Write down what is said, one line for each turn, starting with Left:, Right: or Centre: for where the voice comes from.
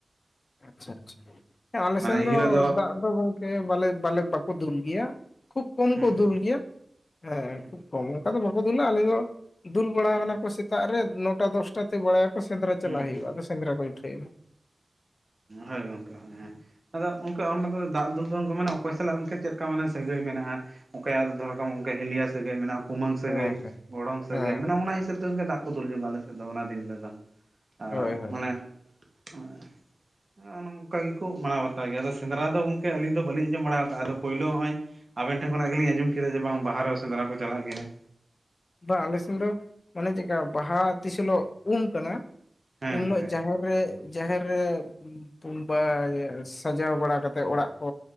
Left: ᱟᱪᱪᱷᱟ ᱟᱪᱪᱷᱟ ᱟᱞᱮ
Right: ᱢᱟᱱᱮ
Left: ᱥᱮᱱ
Right: ᱮᱱᱦᱤᱞᱳᱜ
Left: ᱫᱚ ᱫᱟᱜ ᱫᱚ ᱜᱚᱝᱠᱮ ᱵᱟᱞᱮ ᱵᱟᱞᱮ ᱵᱟᱠᱚ ᱫᱩᱞ ᱜᱮᱭᱟ᱾ ᱠᱷᱩᱵᱽ ᱠᱚᱢ
Right: ᱦᱩᱸ
Left: ᱠᱚ ᱫᱩᱞ ᱜᱮᱭᱟ ᱦᱮᱸ
Right: ᱦᱩᱸ
Left: ᱠᱷᱩᱵᱽ ᱠᱚᱢ ᱚᱝᱠᱟ ᱫᱚ ᱵᱟᱠᱚ ᱫᱩᱞᱟ ᱟᱞᱮ ᱫᱚ ᱫᱩᱞ ᱵᱟᱲᱟ
Right: ᱦᱩᱸ
Left: ᱠᱟᱱᱟ ᱠᱚ ᱥᱮᱛᱟᱜ ᱨᱮ ᱱᱚᱴᱟ ᱫᱚᱥᱴᱟ ᱛᱮ ᱵᱟᱲᱟᱭᱟᱠᱚ ᱥᱮᱸᱫᱽᱨᱟ ᱪᱟᱞᱟᱜ
Right: ᱦᱩᱸ
Left: ᱦᱩᱭᱩᱜᱼᱟ
Right: ᱦᱩᱸ
Left: ᱟᱫᱚ ᱥᱮᱸᱫᱽᱨᱟ ᱠᱚ ᱩᱴᱷᱟᱹᱭᱱᱟ ᱾
Right: ᱦᱳᱭ ᱜᱚᱝᱠᱮ ᱦᱳᱭ ᱟᱫᱚ ᱠᱟ ᱚᱱᱟ ᱫᱚ ᱫᱟᱜ ᱫᱩᱞ ᱫᱚ ᱚᱝᱠᱟ ᱢᱟᱱᱮ ᱚᱠᱚᱭ ᱥᱟᱞᱟᱜ ᱜᱚᱝᱠᱮ ᱪᱮᱫᱠᱟ ᱢᱟᱱᱮ ᱥᱟᱹᱜᱟᱹᱭ ᱢᱮᱱᱟᱜᱼᱟ᱾ ᱚᱠᱚᱭᱟᱜ ᱫᱚ ᱫᱚᱦᱚ ᱠᱟᱢ ᱜᱚᱝᱠᱮ ᱦᱤᱞᱤᱭᱟ ᱥᱟᱹᱜᱟᱹᱭ ᱢᱮᱱᱟᱜᱼᱟ ᱠᱩᱢᱟᱹᱝ ᱥᱟᱹᱜᱟᱹᱭ
Left: ᱦᱮᱸ ᱦᱮᱸ
Right: ᱜᱚᱲᱚᱢ ᱥᱟᱹᱜᱟᱹᱭ
Left: ᱦᱮᱸ
Right: ᱢᱟᱱᱮ ᱚᱱᱟ ᱦᱤᱥᱟᱹᱵᱽ ᱛᱮ ᱚᱝᱠᱟ ᱫᱟᱜ ᱠᱩ ᱫᱩᱞᱧᱚᱜᱟ ᱟᱞᱮᱥᱮᱫ ᱫᱚ ᱚᱱᱟ ᱫᱤᱱ ᱨᱮᱫᱚ ᱟᱸᱜ
Left: ᱦᱳᱭ ᱦᱳᱭ
Right: ᱢᱟᱱᱮ ᱟᱸ ᱚᱱᱚᱝᱠᱟ ᱜᱮᱠᱚ ᱢᱟᱱᱟᱣ ᱵᱟᱛᱟᱣ ᱜᱮᱭᱟ ᱟᱫᱚ ᱥᱮᱸᱫᱽᱨᱟ ᱫᱚ ᱜᱚᱝᱠᱮ ᱟᱹᱞᱤᱧ ᱫᱚ ᱵᱟᱞᱤᱧ ᱟᱸᱚᱢ ᱵᱟᱲᱟᱣ ᱠᱟᱜᱼᱟ ᱟᱫᱚ ᱯᱳᱭᱞᱳ ᱦᱚᱜᱼᱚᱭ ᱟᱵᱮᱱ ᱴᱷᱮᱱ ᱠᱷᱚᱱᱟᱜ ᱜᱮᱞᱤᱧ ᱟᱸᱡᱚᱢ ᱠᱮᱫᱟ ᱡᱮ ᱵᱟᱝ ᱵᱟᱦᱟ ᱨᱮᱦᱚ ᱥᱮᱸᱫᱽᱨᱟ ᱠᱚ ᱪᱟᱞᱟᱜ ᱜᱮᱭᱟ᱾
Left: ᱵᱟ ᱟᱞᱮ ᱥᱮᱱ ᱫᱚ ᱢᱟᱱᱮ ᱪᱮᱜᱠᱟ ᱵᱟᱦᱟ ᱛᱤᱥ ᱦᱤᱞᱳᱜ ᱩᱢ ᱠᱟᱱᱟ
Right: ᱦᱮᱸ
Left: ᱮᱱᱦᱤᱞᱳᱜ
Right: ᱦᱮᱸ ᱜᱚᱝᱠᱮ
Left: ᱡᱟᱦᱮᱨ ᱠᱚᱨᱮᱜ ᱡᱟᱦᱮᱨ ᱨᱮ ᱛᱩᱢ ᱵᱟᱜᱮ ᱥᱟᱡᱟᱣ ᱵᱟᱲᱟ ᱠᱟᱛᱮᱜ ᱚᱲᱟᱜ ᱠᱚ